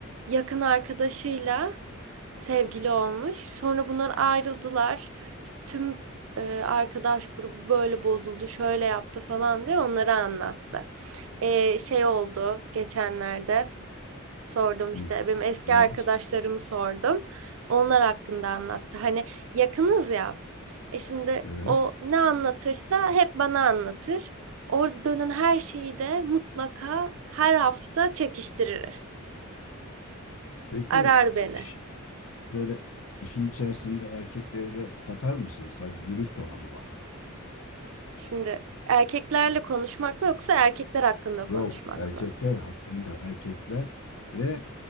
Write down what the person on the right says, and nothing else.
Yakın arkadaşıyla sevgili olmuş. Sonra bunlar ayrıldılar. İşte tüm e, arkadaş grubu böyle bozuldu, şöyle yaptı falan diye onları anlattı. E, şey oldu geçenlerde sordum
işte benim eski
arkadaşlarımı sordum. Onlar hakkında anlattı. Hani yakınız ya. E şimdi
o ne anlatırsa hep bana anlatır. Orada dönen her şeyi de mutlaka her hafta çekiştiririz.
Arar beni.
Şimdi erkeklerle konuşmak mı yoksa erkekler hakkında
konuşmak
mı?